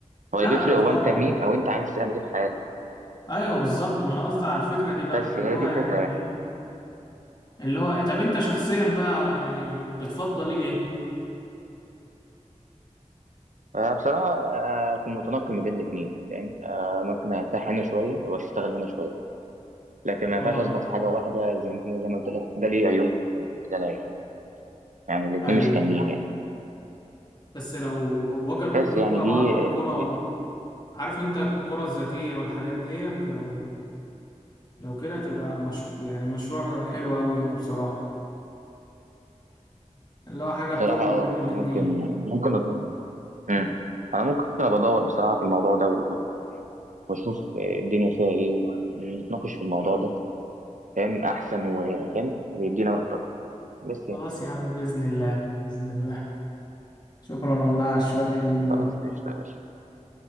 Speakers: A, on the right (about 80°); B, on the left (about 35°).
A: هو
B: لا
A: اللي بيفرق هو
B: طبعا
A: انت مين او انت عايز تعمل ايه في حياتك
B: ايوه بالظبط ما انا قصدي على الفكره دي بقى
A: بس هي
B: اللي هو
A: دي
B: يعني
A: الفكره يعني
B: ايه اللي هو إيه؟ طب انت شخصيا بقى يعني بتفضل ايه
A: آه، بصراحه آه، اكون متنقل ما بين الاثنين فاهم آه، ممكن ارتاح هنا شويه واشتغل هنا شويه لكن ما
B: اه
A: ينفعش اثبت في حاجه واحده زي ما- زي ما قلت لك ده ليه عيوب وده ليه عيوب يعني الاثنين
B: ايوه
A: مش كاملين يعني
B: بس لو وجدوا
A: بس
B: حلول
A: يعني
B: بقى
A: دي
B: وعملوا
A: آه،
B: كرة
A: فكرتي
B: عارف انت الكرة الذكيه والحاجات ديت لو لو كده تبقى مش يعني مشروع حلو قوي يعني بصراحه اللي هو حاجه
A: بصراحه
B: بتربط
A: اه
B: بين الاتنين
A: انا ممكن ممكن أبقى- مم. انا ممكن ابقى ادور بصراحه في الموضوع ده و- واشوف آه، الدنيا فيها ايه ونتناقش في الموضوع ده فاهم احسن وفاهم ويدينا وقت اكتر بس يعني
B: خلاص يا عم باذن الله باذن الله شكرا والله على الشويه الحلوين دول
A: خلاص اشتغل